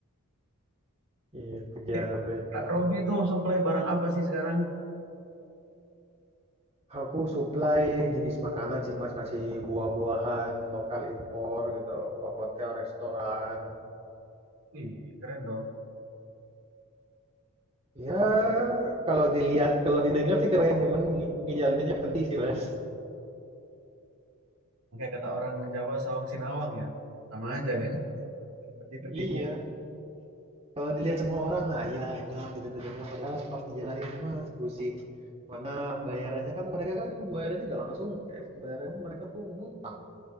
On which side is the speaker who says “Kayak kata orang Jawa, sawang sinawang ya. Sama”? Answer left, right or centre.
Right